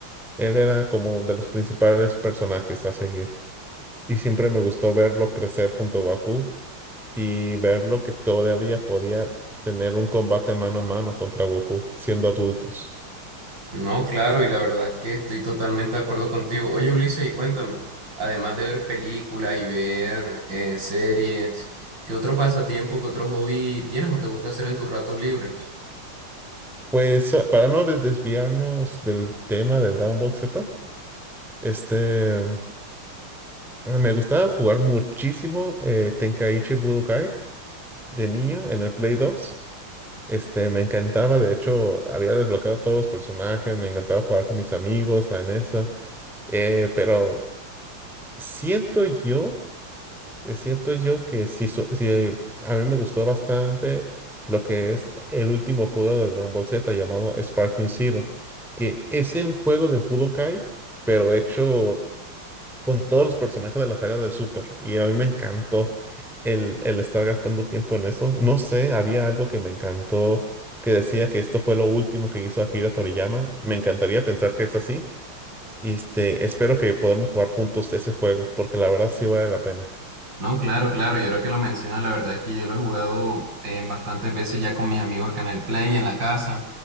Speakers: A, in the centre; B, on the right (about 60°).
A: él era como de los principales personajes a seguir. Y siempre me gustó verlo crecer junto a Goku y verlo que todavía podía tener un combate mano a mano contra Goku siendo adultos.
B: no, claro, y la verdad es que estoy totalmente de acuerdo contigo. Oye, Ulises, y cuéntame, además de ver películas y ver eh, series, ¿qué otro pasatiempo, qué otro hobby tienes o te gusta hacer en tus ratos libres?
A: Pues ah, para no des- desviarnos del tema de Dragon Ball Z, este, mm, ah, me gustaba jugar muchísimo eh, Tenkaichi Budokai de niño en el Play 2. Este, me encantaba, de hecho, había desbloqueado todos los personajes, me encantaba jugar con mis amigos en esa, eh, pero siento yo eh, siento yo que sí, so- sí, eh, a mí me gustó bastante lo que es el último juego de Dragon Ball Z llamado Sparking Zero, que es el juego de Budokai, pero hecho con todos los personajes de la saga de Super. Y a mí me encantó el, el estar gastando tiempo en eso. No sé, había algo que me encantó que decía que esto fue lo último que hizo Akira Toriyama. Me encantaría pensar que es así. Y este, espero que podamos jugar juntos ese juego, porque la verdad sí vale la pena.
B: No, claro, claro. Y ahora que lo mencionas, la verdad es que yo lo he jugado eh, bastantes veces ya con mis amigos acá en el Play, en la casa.